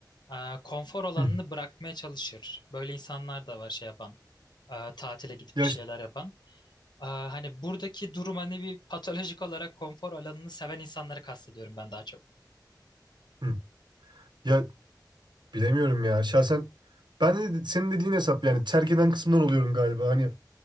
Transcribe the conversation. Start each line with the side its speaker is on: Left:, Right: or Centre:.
Left: Ee, konfor alanını
Right: Hı.
Left: bırakmaya çalışır. Böyle insanlar da var şey yapan, e, tatile gidip
Right: Ya,
Left: bir şeyler
Right: ş-
Left: yapan. Ee, hani buradaki durum hani bir patolojik olarak konfor alanını seven insanları kastediyorum ben daha çok.
Right: hı. Ya bilemiyorum ya şahsen ben de senin dediğin hesap yani terk eden kısımdan oluyorum galiba. Hani